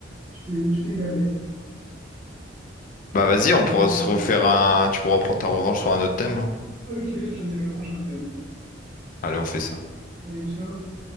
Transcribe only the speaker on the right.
Tu t'es, tu t'es gavé.
Tu t'es
gavé,
tu
t'es
gavé.
Ok, je choisirai le prochain thème.
Allez, ciao.